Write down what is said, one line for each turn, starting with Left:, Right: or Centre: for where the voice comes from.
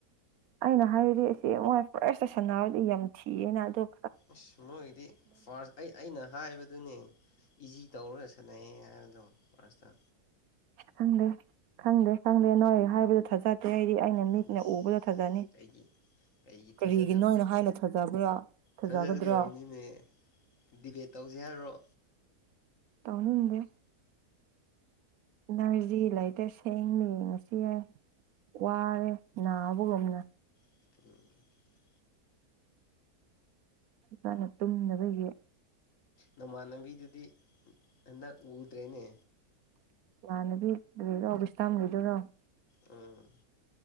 Right: ꯑꯩꯅ ꯍꯥꯏꯔꯗꯤ ꯑꯩꯁꯦ ꯃꯣꯏ ꯐ꯭ꯔꯦꯁꯇ ꯁꯥꯟꯅꯥꯔꯗꯤ ꯌꯥꯝ ꯊꯤꯑꯦꯅ ꯑꯗꯨ
Left: ꯑꯁ ꯃꯣꯏꯒꯤꯗꯤ ꯐꯥꯔꯁ ꯑꯩ ꯑꯩꯅ ꯍꯥꯏꯕꯗꯨꯅꯦ ꯏꯖꯤ ꯇꯧꯔꯁꯦ ꯁꯅꯩ ꯍꯥꯏꯕꯗꯣ ꯐꯥꯔꯁꯇ
Right: ꯈꯪꯗꯦ ꯈꯪꯗꯦ ꯈꯪꯗꯦ ꯅꯣꯏ ꯍꯥꯏꯕꯗꯨ ꯊꯥꯖꯗꯦ ꯗꯦ ꯍꯥꯏꯗꯤ ꯑꯩꯅ
Left: ꯏꯁ
Right: ꯃꯤꯠꯅ ꯎꯕꯗꯣ ꯊꯖꯅꯤ
Left: ꯀꯩꯒꯤ ꯀꯩꯒꯤ ꯊꯥꯖꯗꯕ
Right: ꯀꯔꯤꯒꯤꯅꯣꯅ ꯍꯥꯏꯅ ꯊꯖꯕ꯭ꯔꯥ ꯊꯖꯒꯗ꯭ꯔꯥ
Left: ꯊꯥꯖꯒꯗꯕꯅꯤꯅꯦ ꯗꯤꯕꯦꯠ ꯇꯧꯖꯦ ꯍꯥꯏꯔꯣ
Right: ꯇꯧꯅꯤꯡꯗꯦ ꯅꯖꯤꯂ ꯂꯩꯇꯦ ꯁꯦꯡꯂꯦ ꯌꯦꯡꯉꯁꯤ ꯌꯥꯏ ꯋꯥꯔꯦ ꯅꯥꯕꯒꯨꯝꯅ
Left: ꯎꯝ
Right: ꯍꯥꯅ ꯇꯨꯝꯅꯕꯒꯤ
Left: ꯅꯃꯥꯟꯅꯕꯤꯗꯨꯗꯤ ꯍꯟꯗꯛ ꯎꯗ꯭ꯔꯦꯅꯦ
Right: <unintelligible>
Left: ꯎꯝ